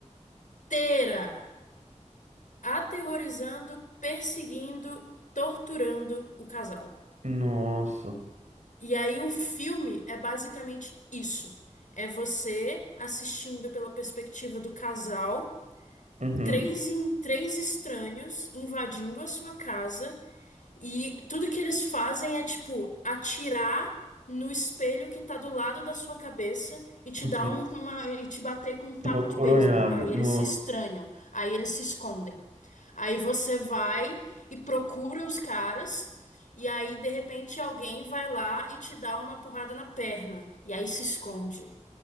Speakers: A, on the left; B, on the right.
A: inteira aterrorizando, perseguindo, torturando o casal.
B: Nossa.
A: E aí o filme é basicamente isso. É você assistindo pela perspectiva do casal,
B: Uhum,
A: três, em, três estranhos invadindo a sua casa E tudo que eles fazem é tipo atirar no espelho que tá do lado da sua cabeça e te
B: uhum.
A: dar um- uma e te bater com um taco
B: Uma coronhada.
A: de beisebol. Aí
B: Nossa.
A: eles se estranham, aí eles se escondem. Aí você vai e procura os caras e aí de repente alguém vai lá e te dá uma porrada na perna e aí se esconde.